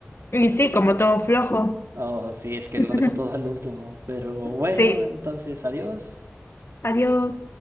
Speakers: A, on the left; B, on the right.
A: Y sí, como todo flojo.
B: Oh, sí, es que
A: <laughs>
B: lo dejo todo al último, pero bueno,
A: Sí.
B: entonces, adiós.
A: Adiós.